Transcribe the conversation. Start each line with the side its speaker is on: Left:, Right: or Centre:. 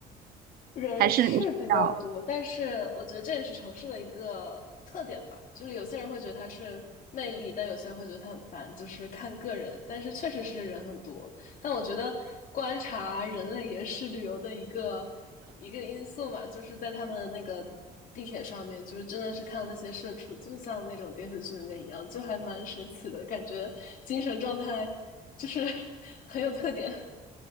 Left: 人是比较多，
Right: 还是你比较
Left: 但是我觉得这也是城市的一个特点吧。就是有些人会觉得它是魅力，但有些人会觉得它很烦，就是看个人。但是确实是人很多，但我觉得观察人类也是旅游的一个一个因素嘛。就是在他们的那个地铁上面，就是真的是看到那些社畜，就像那种电视剧里面一样，就还蛮神奇的感觉，精神状态就是 <laughs> 很有特点。